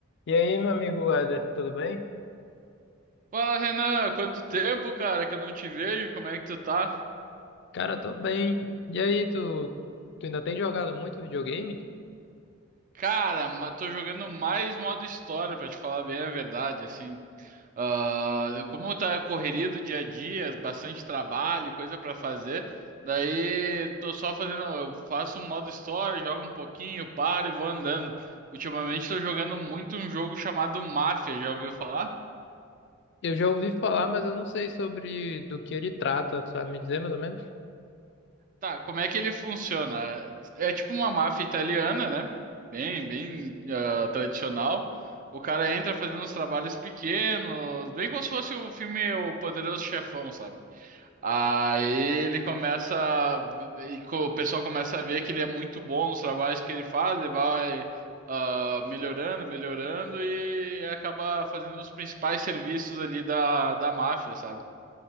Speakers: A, on the left; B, on the right.
A: E aí, meu amigo Éder, tudo bem?
B: Fala, Renan, quanto tempo, cara, que eu não te vejo, como é que tu tá?
A: Cara, tô bem. E aí, tu, tu ainda tem jogado muito videogame?
B: Cara, ma- tô jogando mais modo história, pra te falar bem a verdade, assim. Ah, como tá a correria do dia a dia, bastante trabalho, coisa pra fazer, daí tô só fazendo, eu faço um modo história, jogo um pouquinho, paro e vou andando. Ultimamente tô jogando muito um jogo chamado Máfia, já ouviu falar?
A: Eu já ouvi falar, mas eu não sei sobre do que ele trata, tu sabe me dizer mais ou menos?
B: Tá, como é que ele funciona? É tipo uma máfia italiana, né? Bem, bem ah, tradicional. O cara entra fazendo uns trabalhos pequenos, bem como se fosse o filme O Poderoso Chefão, sabe? Aí ele começa a vi- e co- o pessoal começa a ver que ele é muito bom nos trabalhos que ele faz, ele vai ah, melhorando, melhorando e acaba fazendo os principais serviços ali da, da máfia, sabe?